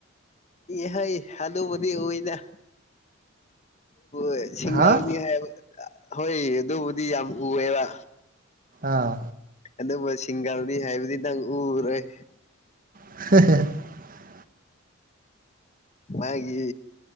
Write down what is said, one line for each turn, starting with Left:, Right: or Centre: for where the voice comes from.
Left: ꯑꯩ ꯍ ꯑꯗꯨꯕꯤ ꯑꯣꯏꯣꯏꯗ ꯑ ꯁꯤꯡꯒꯜꯅꯤ
Right: ꯍꯥ
Left: ꯍꯥꯏꯕ ꯍꯣꯏ ꯑꯗꯨꯕꯨꯗꯤ ꯌꯥꯝ ꯎꯑꯦꯕ
Right: ꯑꯥ
Left: ꯑꯗꯨꯕꯨ ꯁꯤꯡꯒꯔꯅꯤ ꯍꯥꯏꯕꯨꯗꯤ ꯅꯪ ꯎꯔꯣꯏ
Right: ꯍ
Left: ꯃꯥꯒꯤ